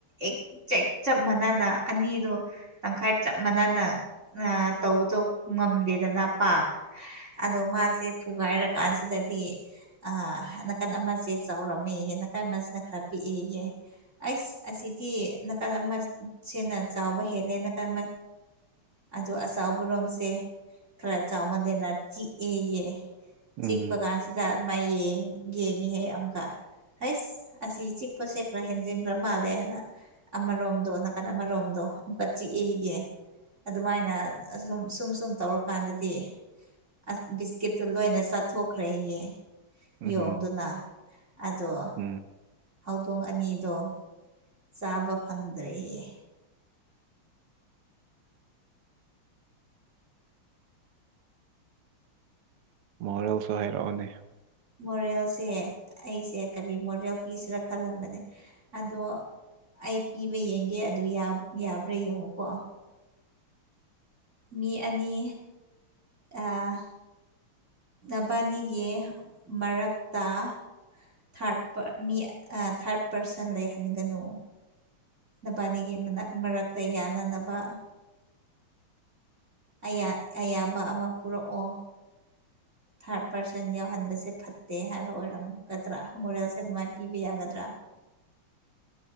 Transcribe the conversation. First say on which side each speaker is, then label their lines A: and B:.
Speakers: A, on the right (about 35°); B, on the right (about 85°).
A: ꯑꯦꯛ ꯖꯦꯛ ꯆꯞ ꯃꯥꯟꯅꯅ ꯑꯅꯤꯗꯣ ꯇꯪꯈꯥꯏ ꯆꯞ ꯃꯥꯟꯅꯅ ꯑꯥ ꯇꯧꯕꯗꯣ ꯉꯝꯗꯦꯗꯅ ꯄꯥꯛ꯫ ꯑꯗꯣ ꯃꯥꯁꯦ ꯊꯨꯒꯥꯏꯔꯀꯥꯟꯁꯤꯗꯗꯤ ꯑꯥ ꯅꯥꯀꯟ ꯑꯃꯁꯦ ꯆꯥꯎꯔꯝꯃꯦꯌꯦ ꯅꯥꯀꯟ ꯑꯃꯁꯤꯅ ꯈꯔ ꯄꯤꯛꯑꯦꯌꯦ꯫ ꯑꯩꯁ ꯑꯁꯤꯗꯤ ꯅꯥꯀꯟ ꯑꯃ ꯁꯦꯅ ꯆꯥꯎꯕ ꯍꯦꯜꯂꯦ ꯅꯥꯀꯟ ꯑꯃ ꯑꯗꯣ ꯑꯆꯥꯎꯕꯔꯣꯝꯁꯦ ꯈꯔ ꯆꯥꯎꯃꯟꯂꯦꯅ ꯆꯤꯛꯑꯦꯌꯦ꯫
B: ꯎꯝ
A: ꯆꯤꯛꯄ ꯀꯥꯟꯁꯤꯗ ꯑꯗꯨꯃꯥꯏ ꯌꯦꯡ ꯌꯦꯡꯉꯦ ꯍꯥꯏ ꯑꯃꯨꯛꯀ꯫ ꯍꯩꯁ ꯑꯁꯤ ꯆꯤꯛꯄꯁꯦ ꯈꯔ ꯍꯦꯟꯖꯤꯟ ꯈ꯭ꯔ ꯃꯥꯜꯂꯦ ꯍꯥꯏꯅ ꯑꯃꯔꯣꯝꯗꯣ ꯅꯥꯀꯟ ꯑꯃꯔꯣꯝꯗꯣ ꯑꯃꯨꯛꯀ ꯆꯤꯛꯑꯦꯌꯦ꯫ ꯑꯗꯨꯃꯥꯏꯅ ꯑꯁꯨꯝ ꯁꯨꯝ ꯁꯨꯝ ꯇꯧꯔꯀꯥꯟꯗꯗꯤ ꯑꯁ ꯕꯤꯁꯀꯤꯠꯇꯨ ꯂꯣꯏꯅ ꯆꯥꯊꯣꯛꯈ꯭ꯔꯦꯌꯦ꯫
B: ꯎꯝ ꯎꯝ
A: ꯌꯣꯡꯗꯨꯅ ꯑꯗꯣ
B: ꯎꯝ
A: ꯍꯧꯗꯣꯡ ꯑꯅꯤꯗꯣ ꯆꯥꯕ ꯐꯪꯗ꯭ꯔꯦꯌꯦ꯫
B: ꯃꯣꯔꯦꯜꯁꯨ ꯍꯥꯏꯔꯛꯑꯣꯅꯦ꯫
A: ꯃꯣꯔꯦꯜꯁꯦ ꯑꯩꯁꯦ ꯀꯔꯤ ꯃꯣꯔꯦꯜ ꯄꯤꯁꯤꯔ ꯈꯜꯂꯝꯕꯅꯦ ꯑꯗꯣ ꯑꯩ ꯄꯤꯕ ꯌꯦꯡꯒꯦ ꯑꯗꯨ ꯌꯥ-ꯌꯥꯕ꯭ꯔꯥ ꯌꯦꯡꯉꯨꯀꯣ꯫ ꯃꯤ ꯑꯅꯤ ꯑꯥ ꯅꯕꯥꯅꯤꯒꯤ ꯃꯔꯛꯇ ꯊꯥꯔꯠ ꯄꯥꯔ ꯃꯤ ꯑꯥ ꯊꯥꯔꯠ ꯄꯥꯔꯁꯟ ꯂꯩꯍꯟꯒꯅꯨ꯫ ꯅꯕꯥꯅꯤꯒꯤ ꯃꯅꯛ ꯃꯔꯛꯇ ꯌꯥꯅꯅꯕ꯫ ꯑꯌꯥ ꯑꯌꯥꯕ ꯑꯃ ꯄꯨꯔꯛꯑꯣ꯫ ꯊꯥꯔꯠ ꯄꯥꯔꯁꯟ ꯌꯥꯎꯍꯟꯕꯁꯦ ꯐꯠꯇꯦ ꯍꯥꯏꯕ ꯑꯣꯏꯔꯝꯒꯗ꯭ꯔꯥ ꯃꯣꯔꯦꯜꯁꯦ ꯑꯗꯨꯃꯥꯏꯅ ꯄꯤꯕ ꯌꯥꯒꯗ꯭ꯔꯥ꯫ <inaudible>